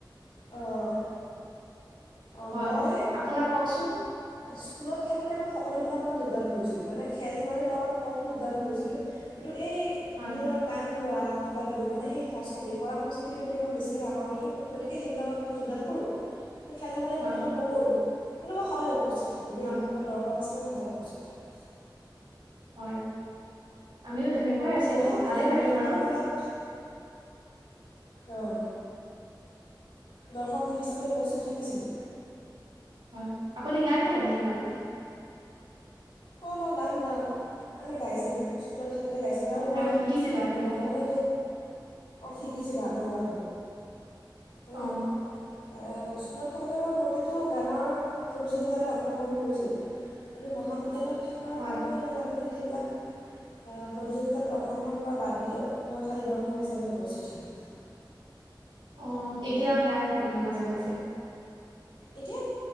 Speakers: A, on the left; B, on the right.
A: অঁ অ
B: হয়
A: মই
B: আপোনাৰ কওকচোন
A: স্কুলত থাকোঁতে মই সকলোবিলাকতে যোগদান কৰিছিলোঁ মানে খেল ধেমালিত অলপ কম যোগদান কৰিছিলোঁ কিন্তু এই
B: হয়
A: ধৰি লওক গান গোৱা কিব কিবি মানে সেই সংস্কৃতি কলা সংস্কৃতিৰ প্ৰতি মই বেছিকৈ আকৰ্ষিত কৰোঁ গতিকে সেইবিলাকত মই যোগান কৰোঁ খেল ধেমালি
B: হয়
A: নি যোতন নকৰোঁ কিন্তু মই সদায় উপস্থিত থাকোঁ দ
B: হয়
A: মইৰ্শক হিচাপে সদায় অচতোক
B: হয় আমিও তেনেকুৱাই
A: মোৰ
B: আছিলো
A: মহাবিদ্যালয়ত
B: ভালে লাগে
A: থকা
B: বাৰু
A: কালত অঁ দৰ্শক হিচাপে উপস্থিত থাকিছিলে
B: হয় আপুনি গান গায় নেকি বাৰু
A: অঁ মই গান গাওঁ মানে গাইছিলোঁ স্কুলত থাকোঁতে গাইছিলোঁ
B: অ
A: আৰু
B: গান
A: মই
B: শিকিছিলে আপুনি
A: মানে শিক চিৰা ধুোৱাে মানে
B: অ
A: স্কুলত থাকোঁতে মই প্ৰতিটো গানৰ প্ৰতিযোগিতাতে অংশগ্ৰহণ কৰিছিল কিন্তু মহাবিদ্যালয় তেল থকাৰ
B: হয়
A: পৰা ক' ন জানোেই স প্ৰতিযোগ অংশগ্ৰহণ কৰা বাদ দোঁ ম শক হিচাপে উপস্থিত থাকে <inaudible>
B: অঁ এতিয়াও গায় আপুনি মাজে মাজে
A: এতিয়া